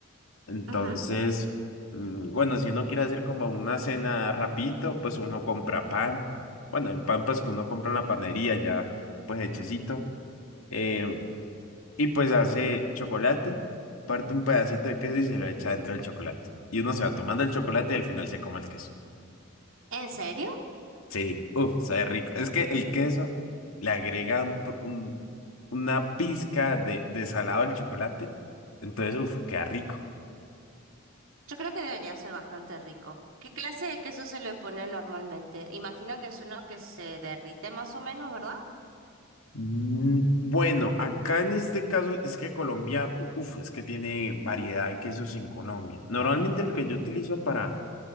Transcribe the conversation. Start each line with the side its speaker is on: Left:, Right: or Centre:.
Left: Entonces,
Right: Ujú.
Left: mm, bueno, si uno quiere hacer como una cena rapidito, pues uno compra pan. Bueno, el pan pues que uno compra en la panería ya, pues hechecito. Eh, Y pues hace chocolate, parte un pedacito de queso y se lo echa dentro del chocolate. Y uno se va tomando el chocolate y al final se come el queso.
Right: ¿En serio?
Left: Sí, uff, sabe rico. Es que el queso le agrega un, to- un- una pizca de, de salado al chocolate. Entonces, uff, queda rico.
Right: Yo creo que debería ser bastante rico. ¿Qué clase de queso se le pone normalmente? Imagino que es uno que se derrite más o menos, ¿verdad?
Left: Mm, Bueno, acá en este caso es que Colombia, uff, es que tiene variedad de quesos en Colombia. Normalmente el que yo utilizo para